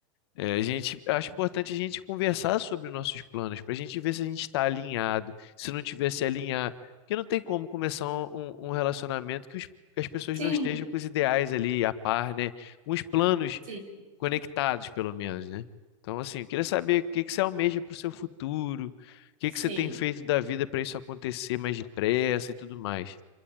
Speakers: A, on the left (about 50°); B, on the right (about 90°).
A: é, a gente acho importante a gente conversar sobre nossos planos, para a gente ver se a gente está alinhado, se não tiver se alinhar. Porque não tem como começar um, um relacionamento que os- que as pessoas
B: Sim,
A: não estejam com os ideais ali a par, né? Com os planos
B: sim,
A: conectados, pelo menos, né? Então, assim, eu queria saber o que que você almeja para o seu futuro, o que
B: sim,
A: que você tem feito da vida para isso acontecer mais depressa e tudo mais.